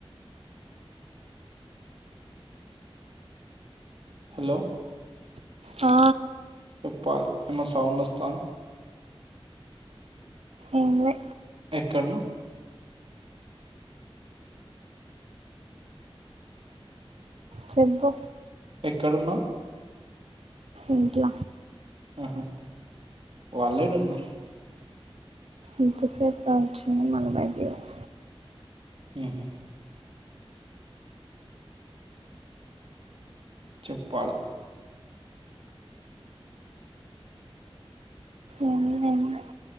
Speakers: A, on the right; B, on the right.
A: హలో
B: ఆ
A: పోలే ఏమో సౌండ్ వస్తంది
B: ఏం లె
A: ఎక్కడను
B: చెప్పు
A: ఎక్కడున్నావు
B: ఇంట్ల
A: ఆహా వాళ్ళేడున్నారు
B: ఇంతసేపు రావచ్చు కానీ మల్లా బయటికి పోయింది
A: ఆహా చెప్పాల
B: ఏం లే ఏం లే